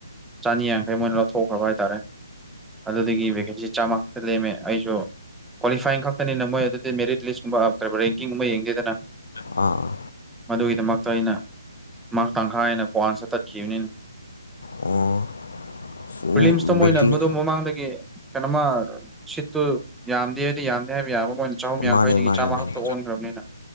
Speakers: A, in the centre; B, on the left.
A: ꯆꯥꯅꯤꯌꯥꯡ ꯑꯗꯩ ꯃꯣꯏꯅ ꯂꯧꯊꯣꯛꯈ꯭ꯔꯕ ꯍꯥꯏꯇꯥꯔꯦ ꯑꯗꯨꯗꯒꯤ ꯚꯦꯀꯦꯟꯁꯤ ꯆꯥꯝꯃ ꯈꯛꯇ ꯂꯦꯝꯃꯦ ꯑꯩꯁꯨ ꯀ꯭ꯋꯥꯂꯤꯐꯥꯏꯤꯡ ꯈꯛꯇꯅꯤꯅ ꯃꯣꯏ ꯑꯗꯨꯗꯤ ꯃꯦꯔꯤꯠ ꯂꯤꯁꯀꯨꯝꯕ ꯀꯔꯤꯕ ꯔꯦꯡꯀꯤꯡꯒꯨꯝꯕ ꯌꯦꯡꯗꯦꯗꯅ
B: ꯑꯣ ꯑꯥ
A: ꯃꯗꯨꯒꯤꯗꯃꯛꯇ ꯑꯩꯅ ꯃꯔꯥꯛ ꯇꯪꯈꯥꯏ ꯍꯦꯟꯅ <unintelligible> ꯇꯠꯈꯤꯕꯅꯤꯅ
B: ꯑꯣ ꯁꯨꯝ
A: ꯄ꯭ꯔꯤꯂꯤꯝꯁꯇꯣ ꯃꯣꯏꯅ
B: ꯕꯦꯡꯀꯤꯡ
A: ꯃꯗꯨ ꯃꯃꯥꯡꯗꯒꯤ ꯀꯩꯅꯣꯃ ꯁꯤꯠꯇꯨ ꯌꯥꯝ ꯗꯦꯗꯤ ꯌꯥꯝꯗꯦ ꯍꯥꯏꯕ ꯌꯥꯕ ꯃꯣꯏꯅ ꯆꯍꯨꯝ ꯌꯥꯡꯈꯩꯗꯒꯤ
B: ꯃꯥꯅꯦ ꯃꯥꯅꯦ
A: ꯆꯥꯝꯃꯥ
B: ꯃꯥꯅꯦ
A: ꯈꯛꯇ ꯑꯣꯟꯈ꯭ꯔꯕꯅꯤꯅ